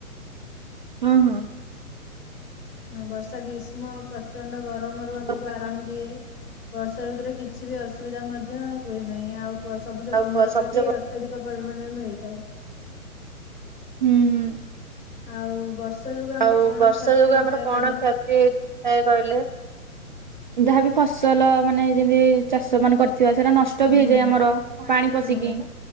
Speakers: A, on the right; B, on the left.
A: ହଁ ହଁ।
B: ହଁ ବର୍ଷା ଗ୍ରୀଷ୍ମ ପ୍ରଚଣ୍ଡ ଗରମରୁ ଆମକୁ
A: ହୁଁ।
B: ଆରାମ ଦିଏ। ବର୍ଷା ଋତୁରେ କିଛି ବି ଅସୁବିଧା ମଧ୍ୟ ହୁଏ ନାହିଁ, ଆଉ ସବୁଜ
A: ଆଉ
B: ପନିପରିବା
A: ସବୁଜ
B: ବି ଅ ଅତ୍ୟଧିକ ପରିମାଣରେ ମିଳିଥାଏ।
A: ହୁଁ
B: ଆଉ ବର୍ଷା ଯୋଗୁ ଆମର
A: ଆଉ
B: କଣ
A: ବର୍ଷା
B: କ୍ଷତି
A: ଯୋଗୁ
B: ହେଇଥାଏ
A: ଆମର କଣ
B: କହିଲେ?
A: କ୍ଷ ଯାହାବି ଫସଲ ମାନେ ଯେମିତି ଚାଷ ମାନେ କରି ଥିବ ସେଟା ନଷ୍ଟ
B: ହୁଁ
A: ବି
B: ହୁଁ
A: ହେଇଯାଏ ଆମର ପାଣି ପଶିକି।
B: ହୁଁ।